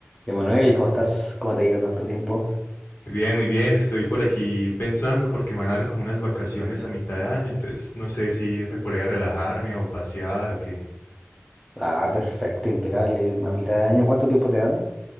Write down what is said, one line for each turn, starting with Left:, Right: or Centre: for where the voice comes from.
Centre: Emanuel, ¿cómo estás? ¿Cómo te ha ido tanto tiempo?
Left: Muy bien, muy bien. Estoy por aquí pensando porque me van a dar como unas vacaciones a mitad de año, entonces no sé si irme por ahí a relajarme o pasear o qué.
Centre: Ah, perfecto, impecable. A mitad de año, ¿cuánto tiempo te dan?